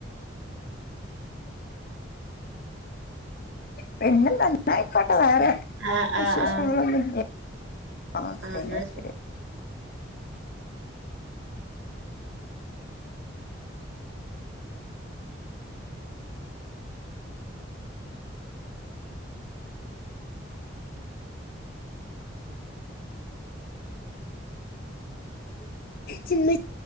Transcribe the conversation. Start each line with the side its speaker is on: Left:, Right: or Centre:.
Left: പിന്ന നന്നയിക്കോട്ടെ വേറെ
Right: ആഹ്
Left: വിശേഷങ്ങളൊന്നില്ലേ
Right: ആഹ് ആഹ്
Left: ഒക്കെ
Right: ആഹ് എന്നാ
Left: ന്നാ ശരി ശരി